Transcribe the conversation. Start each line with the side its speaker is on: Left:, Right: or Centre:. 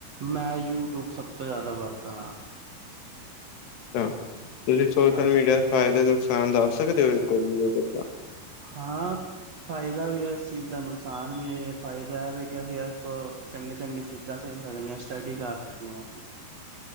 Right: ਮੈਂ ਯੂਟਿਊਬ ਸਭ ਤੋਂ ਜ਼ਿਆਦਾ ਵਰਤਣਾ
Left: ਅੱਛਾ, ਤੁਸੀਂ ਸੋਸ਼ਲ
Right: ਹਾਂ
Left: ਮੀਡੀਆ ਦੇ ਫਾਇਦੇ ਨੁਕਸਾਨ ਦੱਸ ਸਕਦੇ ਓ <unintelligible>
Right: ਹਾਂ ਫਾਇਦਾ ਵੀ ਐ ਇਸ ਚੀਜ਼ ਦਾ ਨੁਕਸਾਨ ਵੀ ਐ ਫਾਇਦਾ ਐ ਵੀ ਅਸੀਂ ਇਸ ਤੋਂ ਚੰਗੇ ਚੰਗੀ ਚੀਜ਼ਾਂ ਸਿੱਖ ਸਕਦੇ ਆ। ਸਟੱਡੀ ਕਰ ਸਕਦੇ ਆ